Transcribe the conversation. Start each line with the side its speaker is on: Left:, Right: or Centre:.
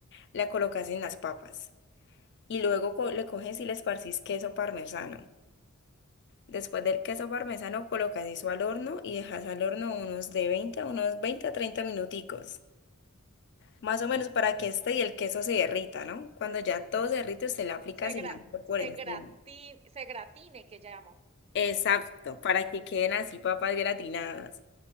Left: la colocas en las papas. y luego co- le coges y le esparcís queso parmesano. Después del queso parmesano colocas eso al horno y dejas al horno unos de 20 a unos 20 a 30 minuticos. Más o menos para que este y el queso se derrita, ¿no? Cuando ya todo se derrite, usted le aplica
Right: Se
Left: cilantro
Right: gra,
Left: por
Right: se
Left: encima.
Right: gratin, se gratine que llaman.
Left: Exacto, para que queden así papas gratinadas.